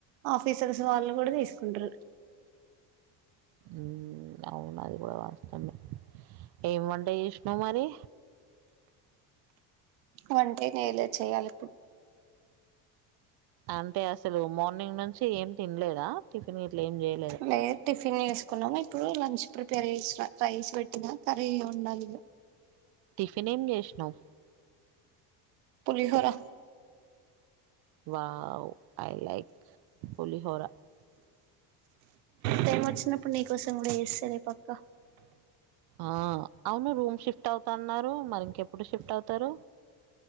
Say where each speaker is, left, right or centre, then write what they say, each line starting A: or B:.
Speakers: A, on the right; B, on the right.
A: ఆఫీసర్స్ వాళ్ళు కూడా తీసుకుంటరు
B: ఉ అవునది కూడా వాస్తమే ఎం వంట చేసినవ్ మరి
A: వంటే చేయలేద్ చేయాలి ఇప్పుడు
B: అంటే అసలు మార్నింగ్ నుంచి ఏం తిన్లేద. టిఫిన్ గీట్ల ఏం చేయలే.
A: లేదు టిఫ్ ఫిన్ చేసుకున్నాము. ఇప్పుడు లంచ్ ప్రిపేర్ చేసిన. రైస్ పెట్టిన కర్రీ వండాలి ఇగ.
B: టిఫిన్ ఏం చేసినావు
A: పులిహోర
B: wow I like pulihora
A: time వచ్చినప్పుడు నీకోసం కూడా చేస్తలే పక్క
B: ఆ అవును రూమ్ షిఫ్ట్ అవుతాన్నారు మరి ఇంకెప్పుడు షిఫ్ట్ అవుతారు